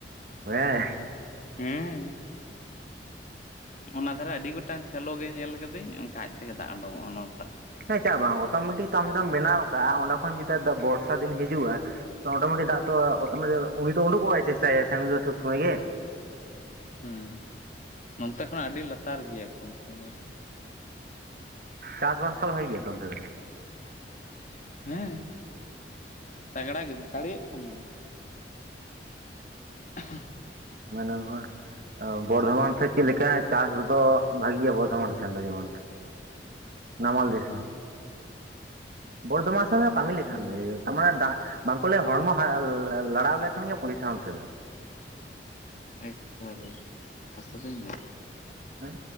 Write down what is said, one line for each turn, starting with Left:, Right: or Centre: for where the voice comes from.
Right: ᱢᱮ ᱦᱮᱸ
Left: ᱦᱮᱸᱻ ᱚᱱᱟ ᱫᱷᱟᱨᱮ ᱟᱹᱰᱤ ᱜᱚᱴᱟᱝ ᱥᱮᱞᱳ ᱜᱮ ᱧᱮᱞ ᱠᱟᱹᱫᱟᱹᱧ ᱚᱱᱠᱟ ᱟᱡ ᱛᱮᱜᱮ ᱫᱟᱜ ᱚᱰᱳᱝᱚᱜᱼᱟ ᱚᱱᱟ,
Right: ᱦᱮᱸ ᱪᱟᱜ ᱵᱟᱝᱼᱼ ᱚᱴᱳᱢᱮᱴᱤᱠ ᱟᱢ ᱫᱚᱢ ᱵᱮᱱᱟᱣ ᱠᱟᱜᱼᱟ ᱚᱸᱰᱮ ᱠᱷᱚᱱ ᱡᱩᱫᱤ ᱵᱚᱨᱥᱟ ᱫᱤᱱ ᱦᱤᱡᱩᱜᱼᱟ ᱚᱴᱚᱢᱮᱴᱤᱠ ᱫᱟᱜᱼᱼ ᱛᱚ ᱛᱚ ᱚᱴᱚᱢᱮᱴᱤᱠ ᱩᱱᱤ ᱫᱚ ᱩᱰᱩᱠᱚᱜᱼᱟᱭ ᱪᱮᱥᱴᱟᱭ ᱥᱮ ᱩᱱᱤ ᱫᱚ ᱥᱚᱵᱽ ᱥᱚᱢᱚᱭ ᱜᱮ,
Left: ᱦᱮᱸ ᱱᱚᱱᱛᱮ ᱠᱷᱚᱱᱟᱜ ᱟᱹᱰᱤ ᱞᱟᱛᱟᱨ ᱜᱮᱭᱟ ᱠᱚ ᱩᱱᱠᱩ ᱫᱚ ᱟᱨᱠᱤ᱾
Right: ᱪᱟᱥᱵᱟᱥ ᱛᱚ ᱵᱷᱟᱜᱮ ᱜᱮᱭᱟᱛᱚ ᱚᱱᱛᱮ ᱫᱚ?
Left: ᱦᱮᱸ ᱛᱟᱜᱽᱲᱟ ᱜᱮ ᱫᱟᱲᱮᱭᱟᱜ ᱠᱷᱟᱱ ᱜᱮ <inaudible>
Right: <unintelligible>
Left: ᱵᱩᱡᱷᱟᱹᱣ
Right: ᱵᱚᱨᱫᱷᱚᱢᱟᱱ ᱥᱮᱫ ᱪᱮᱫ ᱞᱮᱠᱟ ᱪᱟᱥ ᱫᱚ ᱵᱷᱟᱜᱤᱭᱟ ᱵᱚᱨᱫᱷᱚᱢᱟᱱᱼᱼ ᱥᱮᱱ ᱫᱚ ᱡᱮᱢᱚᱱ ᱱᱟᱢᱟᱞ ᱫᱤᱥᱚᱢ᱾
Left: ᱦᱩᱸ
Right: ᱵᱚᱨᱫᱷᱚᱢᱟᱱ ᱥᱮᱱ
Left: ᱠᱟᱛᱷᱟ
Right: ᱠᱟᱹᱢᱤ ᱞᱮᱠᱷᱟᱱ
Left: ᱠᱟᱱ
Right: ᱜᱮ
Left: ᱜᱮᱭᱟ
Right: ᱛᱟᱨᱢᱟᱱᱮ ᱫᱟᱜᱼᱼ ᱵᱟᱝᱠᱚ ᱞᱟᱹᱭᱟ ᱦᱚᱲᱢᱚ ᱞᱟᱲᱟᱣ ᱞᱮᱠᱷᱟᱱ ᱜᱮ ᱯᱚᱭᱥᱟ ᱚᱱᱛᱮ ᱫᱚᱼᱼ
Left: ᱮᱠᱵᱟᱨᱮ ᱠᱟᱛᱷᱟ ᱫᱚ ᱤᱱᱟᱹ ᱜᱮ᱾
Right: ᱦᱮᱸ